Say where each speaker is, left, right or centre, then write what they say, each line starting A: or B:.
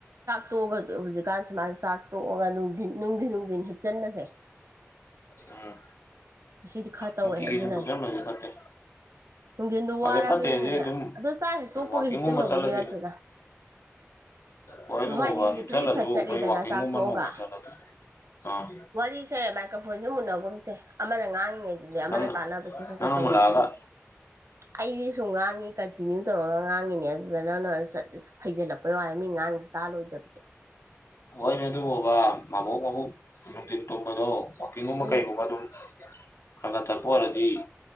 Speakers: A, on the right (about 75°); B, on the left (about 75°).
A: ꯇꯣꯛꯑꯒ ꯍꯧꯖꯤꯛꯀꯥꯟ ꯁꯨꯃꯥꯏꯅ ꯆꯥꯛ ꯇꯣꯛꯑꯒꯅꯨꯡꯊꯤꯟ ꯅꯨꯡꯊꯤꯟ ꯅꯨꯡꯊꯤꯟ ꯍꯤꯞꯆꯜꯂꯁꯦ
B: ꯎꯝ
A: ꯁꯤꯗꯤ ꯈꯔ ꯇꯧꯋꯦ
B: ꯅꯨꯡꯇꯤꯒꯤ
A: ꯑꯗꯨꯅꯅꯦ
B: ꯁꯨꯝ ꯊꯛꯆꯟꯕꯁꯨ ꯐꯠꯇꯦ
A: ꯅꯨꯡꯊꯤꯟꯗꯨ ꯋꯥꯔꯕꯅꯤꯅꯅꯦ
B: ꯑꯗ ꯐꯠꯇꯦꯗꯤ ꯑꯗꯨꯝ
A: ꯑꯗ ꯆꯥꯛ ꯍꯦꯛ ꯇꯣꯛꯄꯒ
B: ꯋꯥꯛꯀꯤꯡꯒꯨꯝꯕ
A: ꯍꯤꯞꯆꯤꯟꯕꯕꯨꯗꯤ
B: ꯆꯠꯂꯗꯤ
A: ꯅꯠꯇꯦꯅ
B: ꯍꯣꯏ
A: ꯃꯥꯏꯗꯤ
B: ꯑꯗꯨꯕꯨꯕ
A: ꯂꯤꯐꯠ
B: ꯍꯤꯞꯆꯜꯂꯁꯨ
A: ꯂꯤꯐꯠ
B: ꯑꯩꯈꯣꯏ
A: ꯆꯠꯂꯤꯗꯅ
B: ꯋꯥꯛꯀꯤꯡꯒꯨꯝꯕ
A: ꯆꯥꯛꯇꯣꯛꯑꯒ
B: ꯅꯣꯡꯃ ꯆꯠꯂꯗꯤ ꯑꯥ
A: ꯋꯥꯔꯤꯁꯦ ꯃꯥꯏꯀ꯭ꯔꯣꯐꯣꯟꯁꯦ ꯃꯨꯟꯅꯒꯨꯝꯁꯦ ꯑꯃꯅ ꯉꯥꯡꯉꯤꯉꯩꯗꯗꯤ ꯑꯃꯅ
B: ꯅꯪꯅ
A: ꯇꯥꯟꯅꯕꯁꯦ ꯈꯔ
B: ꯅꯪꯅ
A: ꯈꯔ ꯇꯧꯅꯁꯤꯅꯤ
B: ꯃꯨꯜꯂꯛꯑꯒ
A: ꯑꯩꯗꯤ ꯁꯨꯝ ꯉꯥꯡꯉꯤ ꯀꯟꯇꯤꯅ꯭ꯌꯨ ꯇꯧꯔꯒ ꯉꯥꯡꯉꯤꯅꯦ ꯑꯗꯨꯗ ꯅꯪꯅꯠ ꯐꯩꯖꯜꯂꯛꯄꯩ ꯋꯥꯏꯦ ꯃꯤ ꯉꯥꯡꯁꯤꯦ ꯇꯥꯂꯣꯏꯗꯕꯅꯤ
B: ꯍꯣꯏꯅꯦ ꯑꯗꯨ ꯕꯕꯥ ꯃꯕꯣꯛ ꯃꯕꯣꯛ ꯅꯨꯡꯊꯤꯟ ꯇꯨꯝꯕꯗꯣ ꯋꯥꯋꯥꯛꯀꯤꯡꯒꯨꯝꯕ
A: ꯎꯝ
B: ꯀꯩꯒꯨꯝꯕ ꯑꯗꯨꯝ ꯈꯔ ꯈꯔ ꯆꯠꯄ ꯑꯣꯏꯔꯗꯤ